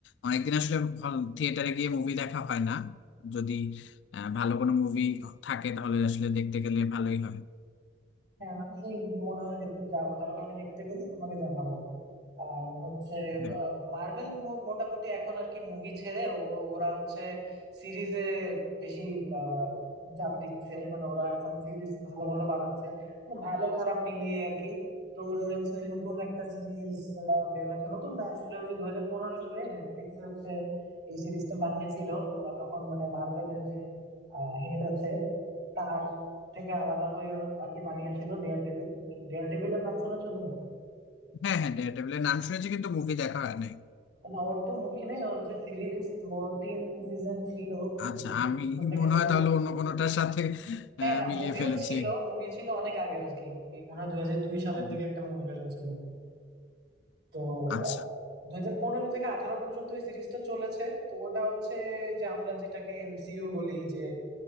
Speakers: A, on the left; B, on the right.
A: অনেকদিন আসলে হল থিয়েটারে গিয়ে মুভি দেখা হয় না যদি আহ, ভালো কোনো মুভি থাকে তাহলে আসলে দেখতে গেলে ভালোই হয়
B: হ্যাঁ আমি মনে হয় দেখতে যাবো তাহলে আমি দেখতে গেলে তোমাকে জানাবো আর হচ্ছে
A: হ্যাঁ
B: মার্বেল মোটামুটি এখন আর কি মুভি ছেড়ে ও ওরা হচ্ছে সিরিজে বেশি আহ, চাপ দিচ্ছে মানে ওরা এখন সিরিজ ভালো ভালো বানাচ্ছে তো ভালো খারাপ মিলিয়ে আর কি তো ওদের হচ্ছে নতুন একটা সিরিজ বের হয়েছে নতুন না আসলে ওই যে দু হাজার পনেরো সালে নেটফ্লিক্সে হচ্ছে এই সিরিজটা বানিয়েছিল ওরা তখন মানে মার্বেলের যে হেড আছে তার থেকে আলাদা হয়ে আর কি বানিয়েছিল ডেয়ার ডেভিল ডেয়ার ডেভিলের নাম শুনেছো তুমি
A: হ্যাঁ হ্যাঁ ডেয়ারডেভিলের নাম শুনেছি কিন্তু মুভি দেখা হয় নাই
B: না ওর তো মুভি নেই ওর হচ্ছে সিরিজ ও তিন সিজন ছিল
A: আচ্ছা
B: 2015
A: আমি
B: থেকে
A: মনে
B: শুরু
A: হয় তাহলে অন্য কোনোটার সাথে
B: হ্যাঁ
A: আহ,
B: না
A: মিলিয়ে
B: মুভিও
A: ফেলেছি
B: ছিল মুভি ছিল অনেক আগের আর কি মুভি মনে হয় দুই হাজার দুই সালের
A: ও,
B: দিকে একটা মুভি বের হয়েছিল তো
A: আচ্ছা
B: দুই হাজার পনেরো থেকে আঠারো পর্যন্ত এই সিরিজটা চলেছে তো ওটা হচ্ছে যে আমরা যেটাকে এমসিইউ বলি যে